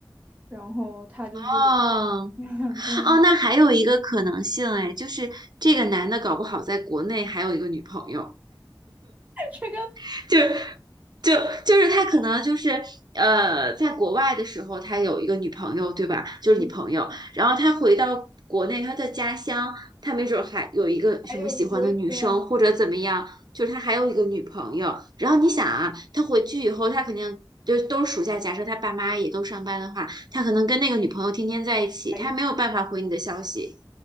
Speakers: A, on the right; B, on the right.
A: 然后他就是，
B: 哦
A: <laughs> 嗯，
B: 哦，那还有一个可能性哎，就是这个男的搞不好在国内还有一个女朋友，
A: 这个
B: <laughs> 就。就就是他可能就是呃，在国外的时候，他有一个女朋友，对吧？就是女朋友。
A: 你
B: 然后他回到国内，他的家乡，他没准儿还有一个什么喜欢的女生，
A: 还有一个是吗？
B: 或者怎么样，就是他还有一个女朋友。然后你想啊，他回去以后，他肯定就都是暑假，假设他爸妈也都上班的话，他可能跟那个女朋友天天在一起，
A: 还一
B: 他没有办法回你的消息。